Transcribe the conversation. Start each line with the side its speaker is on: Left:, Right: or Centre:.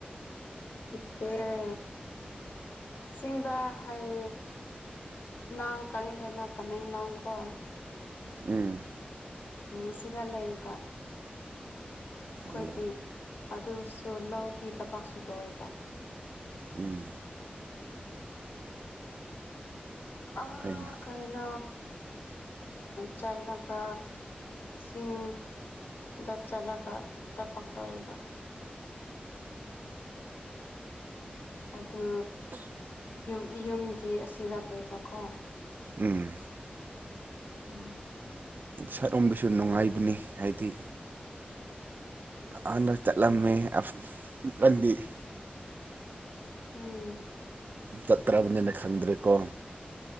Left: ꯑꯩꯈꯣꯏ ꯆꯤꯡꯗ ꯍꯩ ꯅꯪ ꯈꯪꯉꯤꯗꯅ ꯇꯃꯦꯡꯂꯣꯡꯀꯣ
Right: ꯎꯝ
Left: ꯎꯝ ꯁꯤꯗ ꯂꯩꯕ ꯑꯩꯈꯣꯏꯗꯤ
Right: ꯑꯣ
Left: ꯑꯗꯨꯁꯨ ꯂꯧꯒꯤ ꯊꯕꯛꯁꯨ ꯇꯧꯌꯦꯕ
Right: ꯎꯝ
Left: ꯑ
Right: ꯐꯩꯅꯤ
Left: ꯀꯩꯅꯣ ꯆꯜꯂꯒ ꯁꯤꯡ ꯗ ꯆꯠꯂꯒ ꯊꯕꯛ ꯇꯧꯋꯦꯕ ꯑꯗꯨ ꯃꯤꯌꯨꯝꯗꯤ ꯑꯁꯤꯗ ꯂꯩꯕꯀꯣ
Right: ꯎꯝ
Left: ꯎꯝ
Right: ꯁꯥꯏꯠꯔꯣꯝꯕꯩꯁꯨ ꯅꯨꯡꯉꯥꯏꯕꯅꯤ ꯍꯥꯏꯗꯤ ꯍꯥꯟꯅ ꯆꯠꯂꯝꯃꯦ <unintelligible>
Left: ꯎꯝ
Right: ꯆꯠꯇ꯭ꯔꯕꯅꯤꯅ ꯈꯪꯗ꯭ꯔꯦꯀꯣ